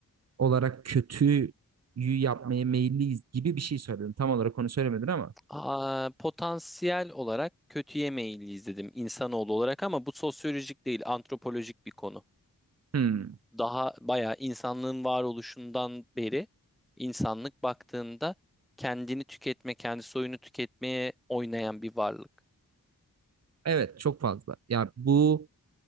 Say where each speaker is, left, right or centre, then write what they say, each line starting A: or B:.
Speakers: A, on the right; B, in the centre.
A: olarak kötüyü yapmaya meyilliyiz gibi bir şey söyledim. Tam olarak onu söylemedin ama.
B: Aa, potansiyel olarak kötüye meyilliyiz dedim insanoğlu olarak ama bu sosyolojik değil antropolojik bir konu.
A: Hmm,
B: daha bayağı insanlığın varoluşundan beri insanlık baktığında kendini tüketme, kendi soyunu tüketmeye oynayan bir varlık.
A: evet çok fazla. Ya bu